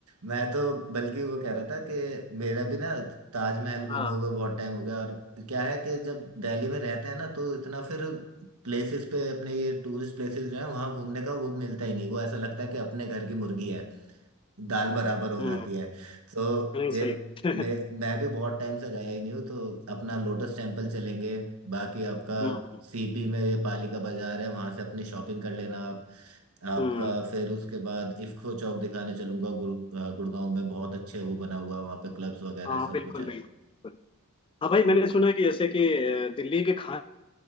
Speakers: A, on the right (about 75°); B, on the left (about 25°).
A: मैं तो बल्कि वो कह रहा था कि मेरा भी ना ताजमहल घूमे
B: हाँ
A: हुए बहुत टाइम हो गया और क्या है कि जब दिल्ली में रहते हैं ना तो इतना फिर प्लेसेस पे अपने ये टूरिस्ट प्लेसेस जो है वहाँ घूमने का वो मिलता ही नहीं वो ऐसा लगता है कि अपने घर की मुर्गी दाल बराबर हो
B: हम्म
A: जाती है तो
B: नहीं
A: ये
B: सही
A: मैं
B: <laughs>
A: मैं भी बहुत टाइम से गया ही नहीं हूँ तो अपना लोटस टेम्पल चलेंगे बाकी आपका
B: हम्म
A: सीपी में ये पालिका बाजार है वहां से अपनी शॉपिंग कर लेना आप आपका
B: हम्म
A: फिर उसके बाद इफ्को चौक दिखाने चलूंगा गुड़ अ, गुड़गांव में बहुत अच्छे वो बना हुआ है वहाँ पे क्लब्स वगैरह
B: हाँ
A: सब
B: बिल्कुल
A: कुछ है
B: बिल्कुल हाँ भाई
A: और
B: मैंने सुना कि जैसे कि अ, दिल्ली के खाने